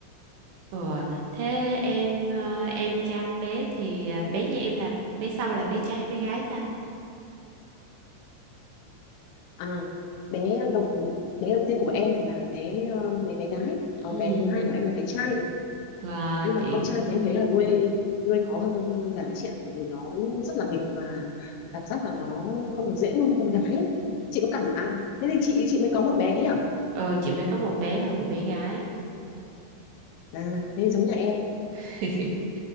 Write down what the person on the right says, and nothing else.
ừ. Thế em ờ, em chăm bé thì ờ, bé nhà em là bé sau là bé trai hay bé gái ta
ừ.
Và
chị
ờ chị mới có một bé thôi một bé gái
<laughs>